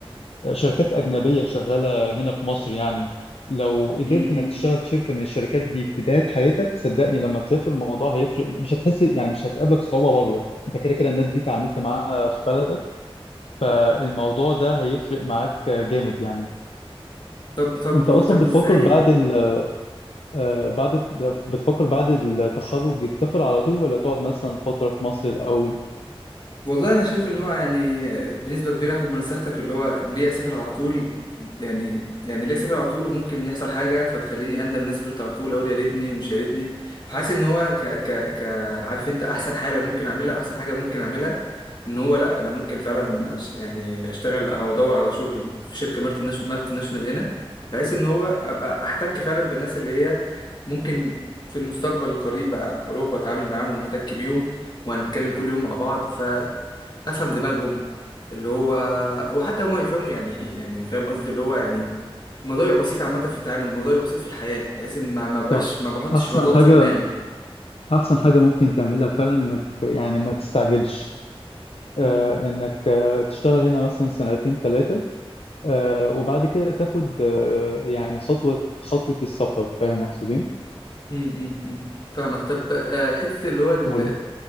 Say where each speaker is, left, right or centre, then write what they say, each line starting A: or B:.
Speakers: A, on the left; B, on the left.
A: آه، شركات اجنبيه شغاله هنا في مصر يعني لو قدرت
B: مم. مم.
A: انك تشتغل في شركه من الشركات دي في بدايه حياتك صدقني لما تسافر الموضوع هيفرق مش هتحس يعني مش هتقابلك صعوبه بره انت كده كده الناس دي تعاملت معاها في بلدك فالموضوع ده هيفرق معاك آه، جامد يعني
B: طب طب
A: انت اصلا
B: طب
A: بتفكر
B: ازاي
A: بعد ال... آه، بعد الت- بتفكر بعد التخرج تسافر على طول ولا تقعد مثلا فترة في مصر الأول؟
B: والله انا شايف ان هو يعني بنسبه كبيره هاخد بنصيحتك اللي هو ليه اسافر على طول يعني يعني ليه اسافر على طول وممكن يحصل حاجه فتخليني اندم ان انا سافرت على طول اقول يا ليتني ومش يا ليتني فحاسس ان هو ك ك ك عارف انت احسن حاله ممكن اعملها احسن حاجه ممكن اعملها ان هو لا انا ممكن فعلا أش- يعني اشتغل او ادور على شغل في شركه مالتي ناش- مالتي ناشونال هنا بحيث ان هو ابقى احتك فعلا بالناس اللي هي ممكن في المستقبل القريب اروح واتعامل معاهم واحتك بيهم وهنتكلم كل يوم مع بعض افهم دماغهم اللي هو وحتى هما يفهموا يعني يعني فاهم قصدي اللي هو يعني الموضوع يبقى بسيط عامه في التعامل الموضوع يبقى بسيط في الحياه بحيث ان ما ما بقاش
A: صح
B: ما بحطش
A: احسن
B: الموضوع ده
A: حاجه
B: في دماغي
A: احسن حاجه ممكن تعملها فعلا انك يعني ما تستعجلش
B: امم
A: آه انك آه تشتغل هنا مثلا سنتين ثلاثه آه وبعد كده تاخد آه يعني خطوه خطوه السفر فاهم اقصدين
B: امم امم فاهمك طب آه، حته اللي هو ال-
A: قول